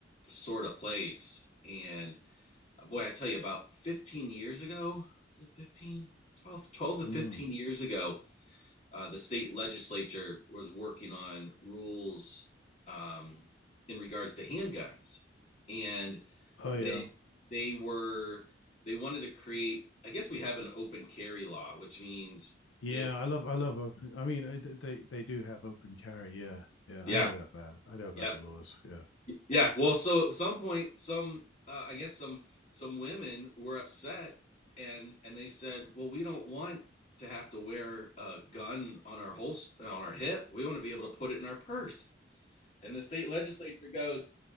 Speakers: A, on the left; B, on the left.
A: sort of place. And uh, boy, I tell you, about 15 years ago, was it 15? 12, twelve to
B: Mm.
A: 15 years ago, uh, the state legislature was working on rules um, in regards to handguns, and
B: Oh
A: they
B: yeah,
A: they were they wanted to create. I guess we have an open carry law, which means
B: Yeah,
A: if
B: I love I love open. I mean, uh, th- they they do have open carry. Yeah, yeah,
A: yeah
B: I know that about. I know about
A: yeah
B: the laws. Yeah,
A: yeah. Well, so at some point, some uh, I guess some some women were upset, and and they said, well, we don't want to have to wear a gun on our holster on our hip. We want to be able to put it in our purse. And the state legislature goes,